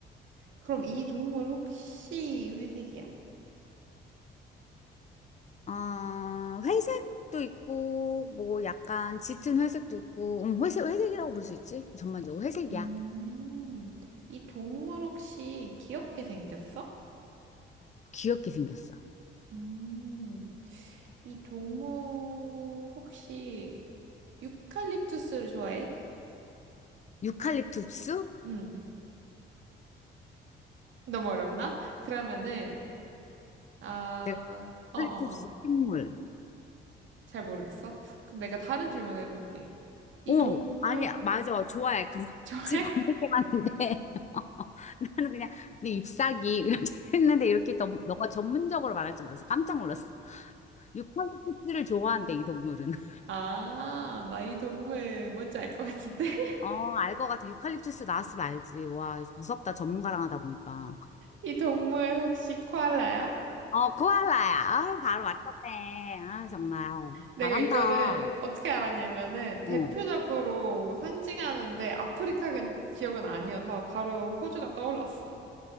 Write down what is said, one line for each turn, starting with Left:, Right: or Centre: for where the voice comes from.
Right: 그럼 이 동물 혹시 회색이야?
Left: 어, 회색도 있고 뭐 약간 짙은 회색도 있고 음, 회색 회색이라고 볼 수 있지? 전반적으로 회색이야.
Right: 음, 이 동물 혹시 귀엽게 생겼어?
Left: 귀엽게 생겼어.
Right: 음, 이 동물 혹시 유칼립투스를 좋아해?
Left: 유칼립투스?
Right: 음. 너무 어렵나? 그러면은 아,
Left: 내가
Right: 어,
Left: 유칼립투스
Right: 어, 어.
Left: 식물.
Right: 잘 모르겠어. 그럼 내가 다른 질문 해볼게. 이
Left: 어,
Right: 동물
Left: 아니, 맞아. 좋아해. 그냥
Right: 좋아해?
Left: 지금 검색해봤는데. <laughs> 나는 그냥, 내 잎사귀, 이렇게 <laughs> 했는데, 이렇게 너, 너가 전문적으로 말할 줄 몰라서 깜짝 놀랐어. 유칼립투스를 좋아한대, 이 동물은. <laughs>
Right: <laughs> 아, 나 이 동물 뭔지 알 것 같은데? <laughs>
Left: 어, 알 것 같아. 유칼립투스 나왔으면 알지. 와, 무섭다. 전문가랑 하다 보니까.
Right: 이 동물 혹시 코알라야?
Left: 어, 코알라야. 아, 바로 맞췄네. 아, 정말.
Right: 내가
Left: 잘한다.
Right: 이거를 어떻게 알았냐면은 대표적으로
Left: 어.
Right: 상징하는데 아프리카 근- 지역은 아니어서 바로 호주가 떠올랐어.